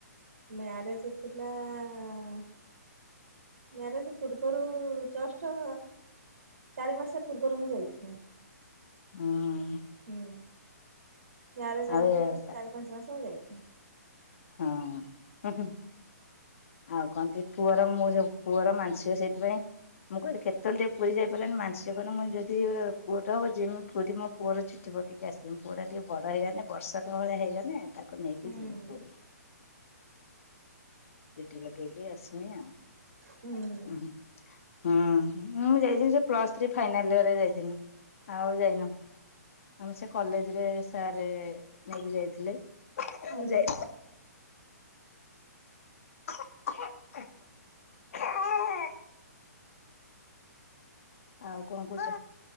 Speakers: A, on the right; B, on the left.
A: ମ୍ୟାରେଜ ଥି ଥିଲା-ଆ-ଆ-ଆ ମ୍ୟାରେଜ ପୂର୍ବରୁ-ରୁ ଜଷ୍ଟ-ଅ ଚାରି ମାସ ପୂର୍ବରୁ ମୁଁ ଯାଇଥିନି।
B: ହଁ।
A: ହୁଁ। ମ୍ୟାରେଜ ଯଉ
B: ଆଉ
A: ହେଇଥିଲା, ଚାରି ପାଞ୍ଚ ମାସ ମୁଁ ଯାଇଥିନି।
B: ହଁ ହୁ, ହୁ। ଆଉ କହନ୍ତି, ପୁଅର ମୁଁ ଯୋ ପୁଅର ମାନସିକ ସେଇଥିପାଇଁ, ମୁଁ କହିଲି କେ ଏତେ ବେଳେ ଟିକେ ପୁରୀ ଯାଇପାରଲେନି, ମାନସିକ କରିନି ମୁଁ ଯଦି-ଇ ପୁଅଟେ ହବ ଯିମି ପୁରୀ ମୋ ପୁଅର ଚୁଟି ପକେଇକି ଆସିମି। ପୁଅ ଟା ଟିଏ ବଡ ହେଇଗନେ, ବର୍ଷକ ଭଳିଆ ହେଇଗନେ, ତାକୁ ନେଇକି
A: ହୁଁ।
B: ଯିମି ପୁରୀ। ଚୁଟି ଲଗେଇକି ଆସମି ଆଉ। ହଁ,
A: ହୁଁ
B: ହଁ, ମୁଁ ଯାଇଥିଲି ସେ ପ୍ଲସ୍ ଥ୍ରୀ ଫାଇନାଲ୍ ଇୟରେ ଯାଇଥିନି। ଆଉ ଯାଇନୁ। ଆମ ସେ କଲେଜ ରେ ସାର୍ ନେଇକି ଯାଇଥିଲେ।
A: ହୁଁ।
B: ଆଉ ଯାଇ <inaudible> ଆଉ କଣ କହୁଛ?